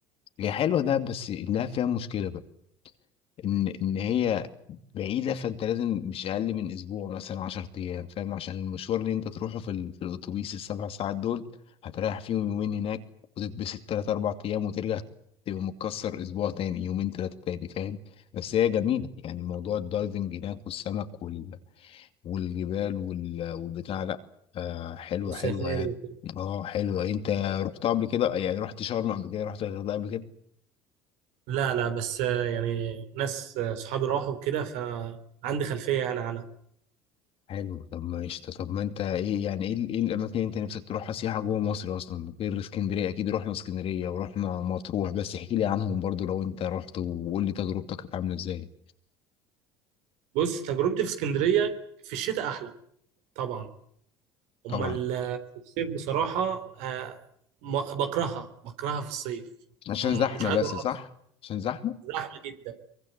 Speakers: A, on the left; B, on the right.
A: هي حلوة ده بس انها فيها مشكلة بقى ان ان هي بعيدة فانت لازم مش اقل من اسبوع مثلا 10 ايام فاهم عشان المشوار اللي انت تروحه في, ال... في الاتوبيس السبع ساعات دول هتريح فيهم يومين هناك وتتبسط تلات اربع ايام وترجع تبقى متكسر اسبوع تاني يومين تلاتة تاني فاهم بس هي جميلة يعني موضوع الدايفنج هناك والسمك وال... والجبال وال- والبتاع لا آه حلوة
B: والسفاري
A: حلوة يعني اه حلوة انت رحت قبل كده يعني رحت شرم قبل كده رحت الغردقة قبل كده
B: لا لا بس آه، يعني ناس آه، صحابي راحوا وكده فعندي خلفية يعني عنها
A: حلو طب ماشي طب ما انت ايه يعني ايه ال- ايه الاماكن اللي انت نفسك تروحها سياحة جوه مصر اصلا غير اسكندرية اكيد رحنا اسكندرية ورحنا مطروح بس احكي لي عنهم برضو لو انت رحت وقول لي تجربتك كانت عاملة ازاي
B: بص تجربتي في اسكندرية في الشتاء أحلى طبعا أما
A: طبعا
B: ال- في الصيف بصراحة آه، ما- بكرهها بكرهها في الصيف
A: عشان
B: م-
A: زحمة
B: مش عايز
A: بس
B: أروح
A: صح عشان زحمة
B: زحمة جدا